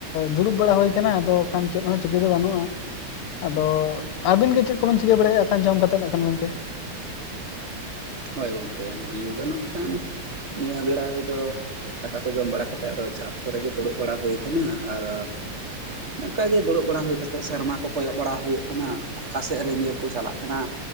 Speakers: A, on the left; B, on the right.
A: ᱫᱩᱲᱩᱵ ᱵᱟᱲᱟ ᱦᱩᱭ ᱟᱠᱟᱱᱟ ᱟᱫᱚ ᱠᱷᱟᱱ ᱪᱮᱫ ᱦᱚᱸ ᱪᱤᱠᱟᱹ ᱫᱚ ᱵᱟᱹᱱᱩᱜ-ᱟ᱾ ᱟᱫᱚ ᱟᱹᱵᱤᱱ ᱜᱮ ᱪᱮᱫ ᱠᱚᱵᱤᱱ ᱪᱤᱠᱟᱹ ᱵᱟᱲᱟᱭᱮᱜᱼᱟ ᱠᱷᱟᱱ ᱡᱚᱢ ᱠᱟᱛᱮᱫ ᱱᱟᱜ ᱠᱷᱟᱱ ᱜᱚᱝᱠᱮ?
B: ᱦᱳᱭ ᱜᱚᱝᱠᱮ ᱤᱧ ᱫᱚ ᱱᱟᱜ ᱠᱷᱟᱱ ᱱᱤᱭᱟᱹ ᱵᱮᱲᱟ ᱨᱮᱫᱚ ᱫᱟᱠᱟ ᱠᱚ ᱡᱚᱢ ᱵᱟᱲᱟ ᱠᱟᱛᱮ ᱟᱫᱚ ᱪᱷᱟᱸᱛ ᱠᱚᱨᱮᱜᱮ ᱫᱩᱲᱩᱵ ᱵᱟᱲᱟ ᱦᱩᱭ ᱠᱟᱱᱟ ᱟᱨ ᱱᱚᱝᱠᱟ ᱜᱮ ᱫᱩᱲᱩᱵ ᱵᱟᱲᱟ ᱦᱩᱭ ᱠᱟᱛᱮᱫ ᱥᱮᱨᱢᱟ ᱠᱚ ᱠᱚᱭᱚᱜ ᱵᱟᱲᱟ ᱦᱩᱭᱩᱜ ᱠᱟᱱᱟ᱾ ᱚᱠᱟ ᱥᱮᱫ ᱨᱤᱢᱤᱞ ᱠᱚ ᱪᱟᱞᱟᱜ ᱠᱟᱱᱟ,